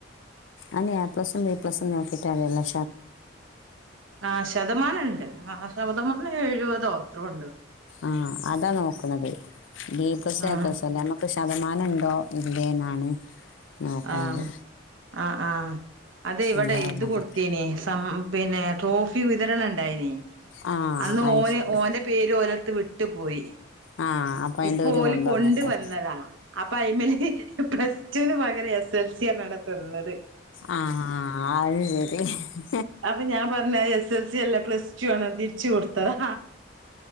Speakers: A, on the left; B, on the right.
A: അ എ പ്ലസും ബി പ്ലസും വോക്കിട്ട അല്ല <unintelligible>
B: ആ ശതമാനംുണ്ട് ആ ശതമാനം എഴുപതോ അത്രുണ്ട്
A: ആഹ അതാ നോക്കണത് ബീ കസായപ്പസല്ല
B: ആഹ്
A: ശതമാനംുണ്ടോ ഇല്ലേ എന്നാണ് നോക്കണത്
B: ആഹ് ആ ആ അതി ഇവടെ
A: അതാ പറഞ്ഞത്
B: ഇത് കൊടുത്തീനി സം പിന്നെ ട്രോഫി വിതരണണ്ടായി നി
A: ആ
B: അന്ന്
A: അത്
B: ഓന്
A: ശരി
B: ഓന്റെ പേര് ഓരൊ ത്ത് വിട്ടു പോയി
A: ആ അപ്പം അതിൻ്റെ
B: ഇപ്പോ
A: ഒരു
B: ഓല്
A: കൊണ്ടുവന്നേക്കാം
B: കൊണ്ടുവന്നതാ അപ്പൊ അയിമല് പ്ലസ് റ്റുന് പ എസ് എസ് എൽ സിയർഞ്ഞണ്ടാ തന്നത്
A: ആ അത് ശരി
B: അപ്പം ഞാൻ പർഞ്ഞ് അത് എസ് എ സി അല്ല പ്ലസ് ടു ആണ് തിര്ച്ച കൊടുത്തതാ